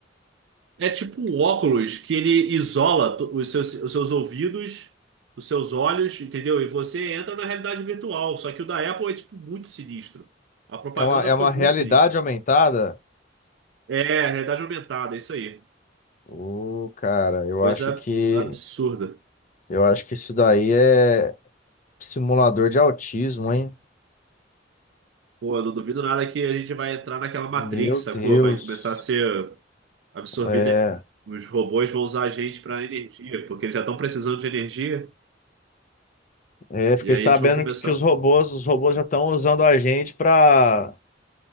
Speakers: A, on the right; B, on the left.
A: É tipo um óculos que ele isola to- os seus, os seus ouvidos, os seus olhos, entendeu? E você entra na realidade virtual. Só que o da Apple é tipo muito sinistro. A propaganda
B: É uma, é uma
A: foi muito
B: realidade
A: sinistra.
B: aumentada?
A: É, realidade aumentada, é isso aí.
B: Ô, cara, eu
A: Coisa
B: acho que
A: absurda.
B: eu acho que isso daí é simulador de autismo, hein?
A: Pô, eu não duvido nada que a gente vai entrar naquela
B: Meu
A: Matrix, sacou?
B: Deus.
A: Vai começar a ser absorvida.
B: É,
A: Os robôs vão usar a gente para energia, porque eles já estão precisando de energia.
B: é, fiquei
A: E aí
B: sabendo
A: eles vão começar.
B: que, que os robôs, os robôs já estão usando a gente para